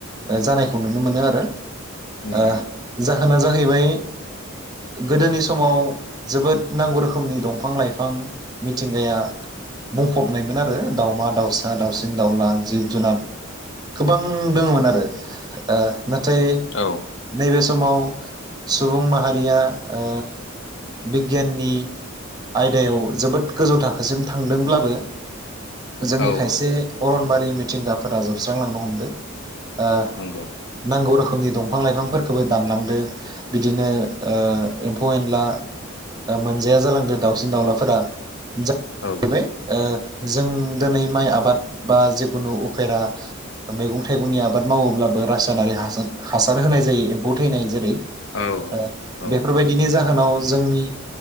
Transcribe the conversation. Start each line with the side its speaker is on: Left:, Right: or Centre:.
Right: जानायखौ नुनो मोनो आरो ओ
Left: उम
Right: जा जाहोना जाहैबाय गोदोनि समाव जोबोद नांगौ रोखोमनि दंफां लाइफां मिथिंगाया बुंफबनायमोन आरो दाउमा दाउसा दाउसिन दाउला जिब जुनार गोबां दोङमोन आरो ओ नाथाय
Left: औ
Right: नैबे स समाव सुबुं माहारिया ओ बिगियाननि आयदायाव जोबोद गोजौ थाखोसिम थांदोंब्लाबो जोंनि
Left: औ
Right: खायसे
Left: औ
Right: अरनबारि बै मिथिंगाफोरा जोबस्रांलांनो हमदों आ
Left: नंगौ
Right: नांगौ रोखोम रोखोमनि दंफां लाइफांफोरखौबो दानलांदो बिदिनो ओ एम्फौ एनला ओ मोनजाया जालांदो दाउसिन दाउलाफोरा <unintelligible>
Left: औ
Right: जों दोनै माइ आबाद बा जिखुनु उफेरा मैगं थाइगंनि आबाद मावोब्लाबो रासायनारि हासार हासार होनाय जायो एम्फौ थैनाय जेरै
Left: औ
Right: ओ
Left: औ
Right: बेफोरबायदिनो जा जाहोनाव जोंनि